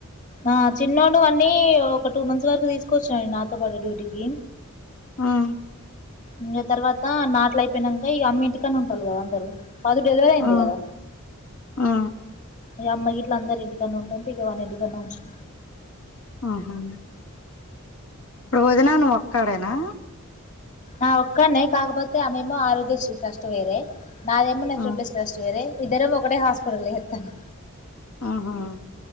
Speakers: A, on the left; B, on the left.
A: ఆ చిన్నోడు అన్నీ ఒక టూ మంత్స్ వరకు తీసుకొచ్చాండి నాతో పాటు డ్యూటీకి
B: ఉమ్
A: ఇంగ తర్వాత నాట్లయిపోయినంక ఇగ అమ్మ ఇంటికన్నె ఉంటరు కదా అందరు మధు డెలివరీ అయింది
B: ఆ
A: కదా
B: ఆ
A: ఇగ అమ్మ గిట్ల అందరు ఇంటి కాడనే ఉంటుంటే ఇగ వాన్ని ఇంటికాడనే ఉంచిన
B: ఆహా ఇప్పుడు వదిన నువ్వు ఒక్కడేనా
A: ఆ ఒక్కనే కాకపోతే ఆమెమో ఆరోగ్య శ్రీ ట్రస్ట్ వేరే నాదేమో మెట్రో
B: ఆ
A: ప్లేస్ ట్రస్ట్ వేరే ఇద్దరం ఒకటె హాస్పిటల్ లో చేతనం
B: ఆహా